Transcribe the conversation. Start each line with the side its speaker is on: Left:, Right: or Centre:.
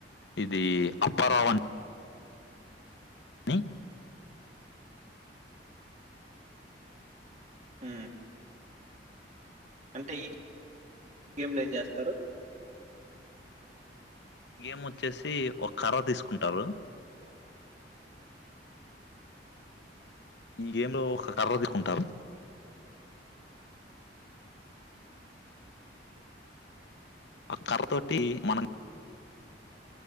Left: ఇది అప్పరావ్ అన్ నీ
Right: ఊ అంటే ఈ గేమ్లో ఏం చేస్తారు
Left: గేమ్ వచ్చేసి ఒక్ కర్ర తీసుకుంటరు ఈ గేమ్ లో ఒక కర్ర దికుంటారు ఆ కర్ర తోటి మనమ్